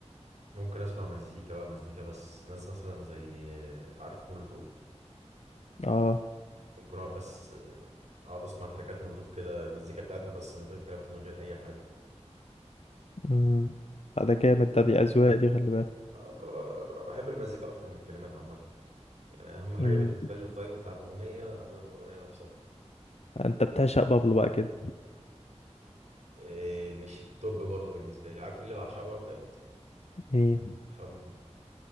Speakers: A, on the right; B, on the left.
A: ممكن أسمع مزيكا بقى مزيكا بس ناس مثلا زي عارف مولوتوف
B: اه
A: ممكن اقعد بس آه، اقعد اسمع تراكات مولوتوف كده المزيكا بتاعتها بس من غير كلمات ومن غير اي حاجه
B: امم لا، ده جامد ده دي اذواق دي خلي
A: آه، اللي هو أنا بحب المزيكا اكتر من الكلمات عامه يعني اهم حاجه
B: بالك
A: بالنسبه لي الفايب بتاع الاغنيه اهم من الاغنيه نفسها
B: انت بتعشق بابلو بقى كده
A: إيه مش التوب برضو بالنسبه لي عارف مين اللي بعشقه بقى بجد
B: ايه
A: خمن